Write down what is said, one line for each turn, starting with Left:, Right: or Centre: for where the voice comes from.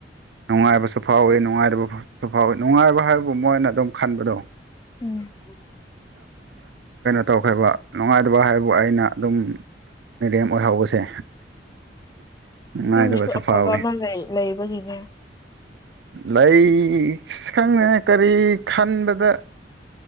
Right: ꯅꯨꯡꯉꯥꯏꯕꯁꯨ ꯁꯨꯐꯥꯎꯋꯤ ꯅꯨꯡꯉꯥꯏꯕ ꯁꯨꯐꯥꯎꯋꯤ ꯅꯨꯡꯉꯥꯏꯕ ꯍꯥꯏꯕꯕꯨ ꯃꯣꯏꯅ ꯑꯗꯨꯝ ꯈꯟꯕꯗꯣ
Left: ꯎꯝ
Right: ꯇꯧꯈ꯭ꯔꯕ ꯅꯨꯡꯉꯥꯏꯇꯕ ꯍꯥꯏꯕꯨ ꯑꯩꯅ ꯑꯗꯨꯝ ꯃꯦꯔꯦꯝ ꯑꯣꯏꯍꯧꯕꯁꯦ ꯉꯗ
Left: ꯅꯪꯒꯤꯁꯨ
Right: ꯀꯁ
Left: ꯑꯐꯕ
Right: ꯐꯥꯎꯦ
Left: ꯑꯃ ꯂꯩ ꯂꯩꯕꯒꯤꯅꯦ
Right: ꯂꯩ ꯈꯪꯉꯦ ꯀꯔꯤ ꯈꯟꯕꯗ